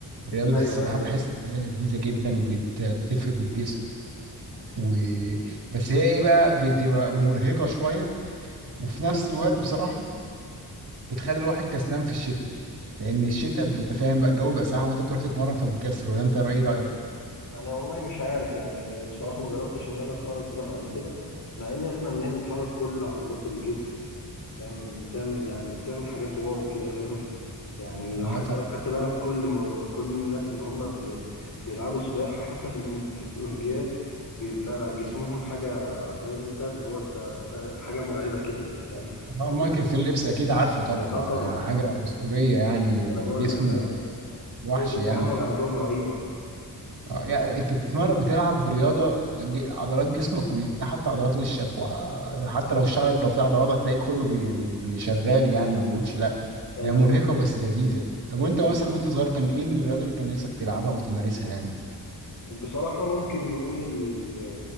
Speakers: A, on the right; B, on the left.
A: رياضه
B: ايوه
A: السباحه
B: ايوه
A: بحس ان هي لذيذه جدا وبتفرد الجسم و... بس هي ايه بقى بتبقى مرهقة شوية وفي نفس الوقت بصراحة بتخلي الواحد كسلان في الشتاء لان الشتاء ب- انت فاهم بقى الجو بيبقى ساقع وانت بتروح تتمرن فبتكسل ولا انت رأي رأيك
B: انا والله مش عارف يعني بصراحة ما جربتش ان انا اتمرن سباحة قبل كده مع اني اسمع ان هي بتحرك كل عضلات الجسم فاهم بتعمل يعني بتعمل حاجات واو كده فاهم يعني
A: اه
B: حتى
A: طبعا
B: لو خدت بالك كل م... كل الناس اللي هم ب... بيلعبوا سباحة حتى في الأم... في الاولمبيات بيبقى جسمهم حاجة فاهم انت اللي هو انت ف... حاجة مرعبة كده فاهم
A: اه
B: تبص
A: مايكل فيليبس اكيد عارفه طبعا
B: اه طبعا
A: ده حاجة أسطورية يعني
B: انا بقول
A: جسمه
B: لك فاهم
A: وحش
B: قوة التحمل
A: يعني
B: عندهم رهيبة
A: اه يعني انت بتتمرن بتلعب رياضه ج- عضلات جسمك كلها حتى عضلات وشك وحتى لو الشعر لو فيه عضلات هتلاقي كله بي بي بيشغال يعني ما بيقولش لا
B: ايوه
A: هي مرهقه بس لذيذه طب وانت
B: ايوه
A: مثلا وانت صغير كان ايه الرياضه اللي كان نفسك تلعبها او تمارسها يعني
B: بصراحة ممكن نقول ال